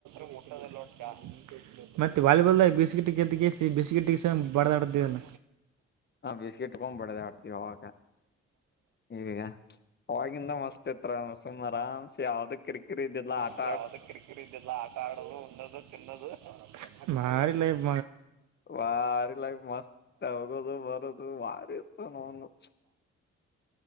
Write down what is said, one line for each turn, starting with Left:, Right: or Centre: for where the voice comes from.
Right: <unintelligible> ಮತ್ತೆ ವಾಲಿಬಾಲ್ ಬಿಸಟ್ ದ್ದ <unintelligible> ಈ ಬಿಸಿಗೆಟಿಗೆ ಸ ಬದಡತದಲ್ಲ
Left: ಹಾ ಬಿಸ್ಕಿಟ್ಕೊಂಡ್ಬಡಿದೆ ಹೊಡ್ತವಿ ಅವಾಗ ಈವಗ ಅವವಾಗಿಂದ ಮಸ್ತ್ ಇತ್ರ ಸುಮ್ ಆರಾಮ್ಸ ಯಾವ್ದ ಕಿರಿಕಿರಿ ಇದಾ <unintelligible>
Right: <unintelligible> ಲೈಫ್
Left: ವಾರಿಗ್ ಲೈ ಮಸ್ತ್ ಹೋಗೋದು ಬರೋದು ವಾರಿ ಇತ್ತು ನೋ <unintelligible>